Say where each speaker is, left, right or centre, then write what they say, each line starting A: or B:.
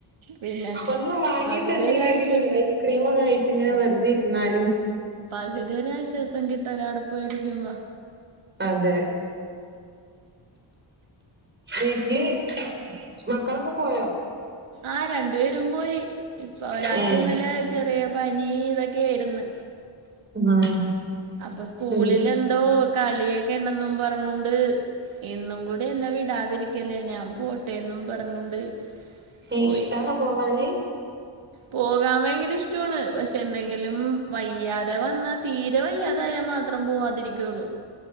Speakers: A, on the right; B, on the right.
A: പിന്നെ
B: ഒന്നും വാങ്ങിതന്നെല്ലെങ്കിലും
A: പകുതി ഒരാശ്വാസം
B: ക്രീംമൊക്കെ കഴിച്ച് ഇങ്ങനെ വെറുതെ ഇരുന്നാലും
A: പകുതി ഒരാശ്വാസം കിട്ടുംണ് അവിടെ പോയിരിക്കുമ്പോ
B: അതെ വീട്ടില്
A: ഇഞ്ഞി
B: മക്കളൊക്കെ പോയോ?
A: ആഹ് രണ്ടുപേരും പോയി ഇപ്പ ഒരാൾക്ക്
B: ഏഹ്
A: ഇന്നലെ ചെറിയ പനി ഇതൊക്കെയായിരുന്നു
B: ആഹ്
A: അപ്പൊ സ്കൂളിൽ
B: ഉം
A: എന്തോ കളിയൊക്കെ ഉണ്ടെന്നും പറഞ്ഞോണ്ട് ഇന്നും കൂടി എന്നെ വിടാതിരിക്ക ല്ലേ ഞാൻ പോട്ടേന്നും പറഞ്ഞോണ്ട് പോയി
B: ഇഷ്ടാണോ പോവാന്?
A: പോകാൻ ഭയങ്കര ഇഷ്ടമാണ് പക്ഷെ എന്തെങ്കിലും വയ്യാതെ വന്നാൽ തീരെ വയ്യാതെ ആയാൽ മാത്രം പോവാതിരിക്കയുള്ളൂ